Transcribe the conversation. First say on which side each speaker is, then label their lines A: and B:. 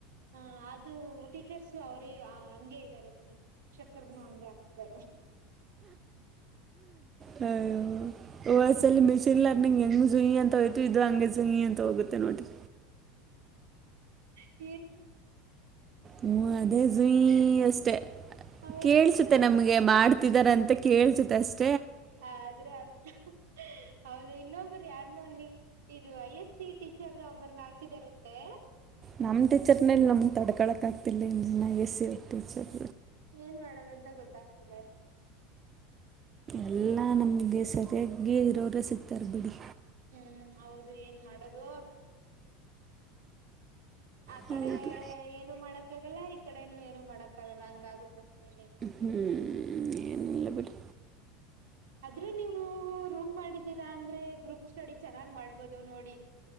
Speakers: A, on the right (about 70°); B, on the right (about 30°).
A: ಹ ಅದು ಟೀಚರ್ಸು ಅವ್ರೇ ಹಂಗಗೆ ಇದ್ದಾರೆ ಶಿಕ್ಷಕರನು ಹಂಗೆ ಹಾಕ್ತಿದ್ದಾರೆ
B: ಹಯ ಓಲ್ಲಿ ಮಿಷನ್ಲ್ಲರ್ನಂಗ್ಂಗ ೋಯ್ತು ಇದು ಹಂಗೆಸ ಈಿ ಅಂತ ಹೋಗುತ್ತೆ ನೋಡ್ರಿ
A: ಹ
B: ಹ್ಮ ಅದೇ ಜೂಯೀ ಅಷ್ಟೇ
A: ಹೌದು
B: ಕೇಳ್ಸುತ್ತ
A: ಇನ್ನು
B: ನಮ್ಗೆ ಮಾಡ್ತಿದಾರ ಅಂತ ಕೇಳ್ಸುತ್ತ ಅ
A: ಹ ಆದ್ರೆ ಅರ್ಥ ಹೌದು ಇನ್ನೊಬ್ಬ್ರ ಯಾರ್ನೋ ನೀ ಇದು ಯ ಎಸ್ ಟೀಚರ್ ನ ಒಬರನ್ನ ಹಾಕಿದಾರಂತೆ
B: ನಮ್ ಟೀಚರ್ನಲ್ ನಮ್ದ ತಡ್ಕಳಕ್ ಆಗ್ತಿಲ್ಲ ಇ ಎ ಸಿರ್ ಟೀಚರ್
A: ಏನ್ ಮಾಡೋದಂತ ಗೊತ್ತಾಗ್ತಿಲ್ಲ ಅಷ್ಟೇ
B: ಎಲ್ಲಾ ನಮ್ಗೆ ಸರಿಯಾಗಿ ಇರೋರ ಸಿಗ್ತಾರ ಬಿಡಿ
A: ಹ್ಮ್ ಹೌದು ಏನ್ ಮಾಡದು ಆ
B: ಹೌದು
A: ಕಡೆ ಏನು ಮಾಡಕ್ಕ ಆಗಲ್ಲ ಈ ಕಡೆನು ಏನು ಮಾಡಕ್ಕ ಆಗಲ್ಲ ಹಂಗಾಗುತ್ತೆ ಸನ್ನ
B: ಹ್ಞೂ ಏನಿಲ್ಲ
A: ಹ್ಮ್
B: ಬಿಡಿ
A: ಅದ್ರ ನೀವು ರೂಮ್ ಮಾಡಿದ್ದೀರಾ ಅಂದ್ರೆ ಗ್ರೂಪ್ ಸ್ಟಡಿ ಚೆನ್ನಾಗ್ ಮಾಡ್ಬೋದು ನೋಡಿ